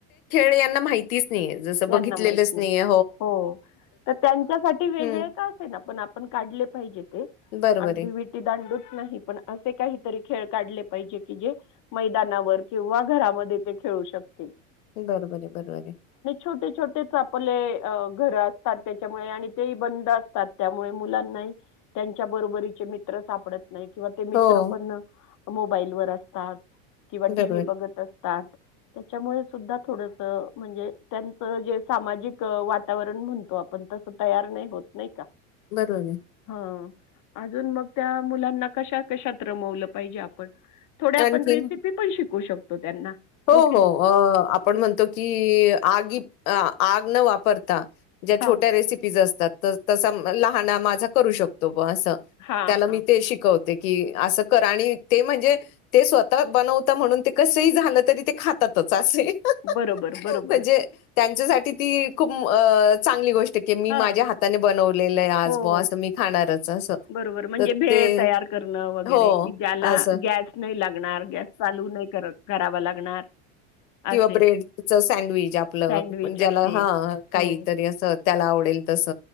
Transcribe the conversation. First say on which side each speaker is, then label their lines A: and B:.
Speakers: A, on the left (about 85°); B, on the left (about 45°).
A: ह्यांना माहितीच. नाहीये. जसं
B: ज्यांना
A: बघितलेलंच
B: माहित नाही
A: नाहीये.
B: हो तर त्यांच्यासाठी वेगळे
A: हं.
B: का असे ना पण आपण काढले पाहिजेत. अ
A: बरोबर
B: आणि
A: आहे.
B: ते विटी दांड नाही पण असे काहीतरी खेळ काढले पाहिजे की जे मैदानावर किंवा घरामध्ये ते खेळू शकत.
A: बरोबर आहे बरोबर आहे.
B: छोटे छोटे आपले घर असतात त्याच्यामुळे आणि ते बंद असतात त्यामुळे मुलांना त्यांच्या बरोबरीचे मित्र सापडत नाही. किंवा ते मित्र
A: हो.
B: पण मोबाईल वर अस. ह. किंवा
A: बरोबर.
B: टी व् बघत असतात त्याच्यामुळे सुद्धा थोडस म्हणजे त्यांचं जे सामाजिक वातावरण म्हणतो आपण तसं तयार नाही होत नाही का?
A: बरोबर आहे.
B: हा अजून मग. त्या मुलांना कशा कशात रमवलं पाहिजे आपण थोड्या आपण
A: आणखीन?
B: रेसिपी पण शिक. शू शकतो त्यांना
A: हो
B: की
A: हो
B: नाही
A: आपण म्हणतो की आगी आग न वापरता. ज्या
B: हां
A: छोट्या रेसिपीज असतात तर त लहाान माझा करू शकतो. अस
B: हां
A: त्याला मी
B: हां
A: ते शिकवते. कि असं कर आणि ते म्हणजे ते स्वतः बनवता म्हणून ते कस झालं. तरी ते खातातच असे.
B: बरोबर बरोबर.
A: म्हणजे त्यांच्यासाठी ती खूप चांगली गोष्ट. मी
B: हां.
A: माझ्या हाताने बनवलेलं आहे आज
B: हो.
A: ब असं मी खाणारच. असं.
B: बरोबर म्हणजे
A: तर
B: भेळ
A: ते
B: तयार करण वगैरे
A: हो,
B: की ज्याला
A: असं
B: गॅस नाही लागणार गॅस चालू नाही करावा लागणार.
A: किंवा
B: असे
A: ब्रेड सडविच आपलंण
B: सँडविच
A: ज्याला
B: आहे.
A: हा काहीतरी
B: हो.
A: अस त्याला आवडेल तस